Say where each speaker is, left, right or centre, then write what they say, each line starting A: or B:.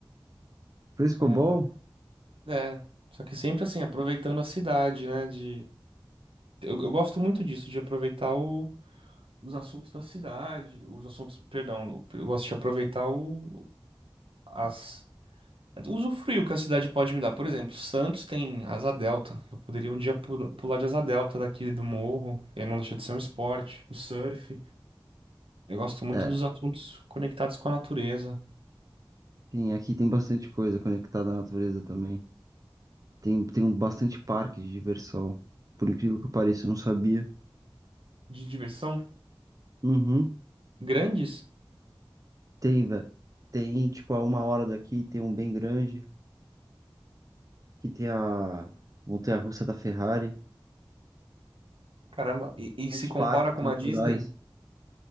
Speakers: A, on the right (about 40°); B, on the right (about 80°).
A: frescobol?
B: É, é, só que sempre assim, aproveitando a cidade, né? De... Eu, eu gosto muito disso, de aproveitar o- os assuntos da cidade, os assuntos, perdão, eu gosto de aproveitar o, as Usufruir o que a cidade pode me dar. Por exemplo, Santos tem asa delta. Eu poderia um dia pula- pular de asa delta daqui do morro. E aí não deixa de ser um esporte. O surf. Eu gosto muito
A: É,
B: dos assuntos conectados com a natureza.
A: tem, aqui tem bastante coisa conectada à natureza também. Tem, tem um bastante parque de diversão. Por incrível que pareça, eu não sabia.
B: De diversão.
A: Uhum.
B: Grandes.
A: Tem, velho. Tem, tipo, a uma hora daqui tem um bem grande. que tem a montanha-russa da Ferrari,
B: Caramba. E, e
A: tem
B: se
A: uns
B: compara
A: parques
B: com uma
A: naturais.
B: Disney.